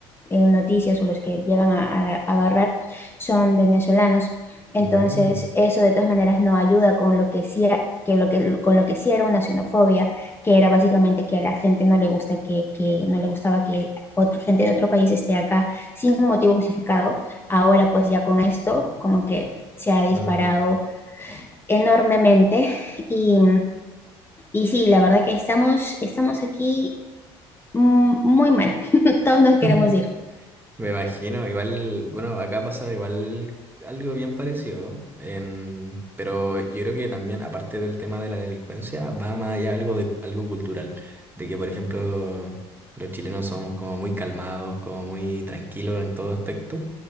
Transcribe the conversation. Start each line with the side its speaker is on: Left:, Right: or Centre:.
Left: en noticias o los que llegan a, a agarrar, son venezolanos. Entonces,
Right: Mm,
Left: eso de todas maneras no ayuda con lo que sí, a- que lo que, con lo que sí era una xenofobia, que era básicamente que a la gente no le gusta que, que no le gustaba que otra gente de otro país esté acá sin un motivo justificado Ahora pues ya con esto como que se ha disparado
Right: mm.
Left: enormemente <laughs> y, y sí, la verdad que estamos, estamos aquí mm, muy mal. <laughs> Todos nos queremos
Right: <laughs>
Left: ir.
Right: Me imagino, igual, bueno, acá pasa igual algo bien parecido, en- pero yo creo que también, aparte del tema de la delincuencia, va más allá algo de algo cultural, de que, por ejemplo, los chilenos somos como muy calmados, como muy tranquilos en todo aspecto,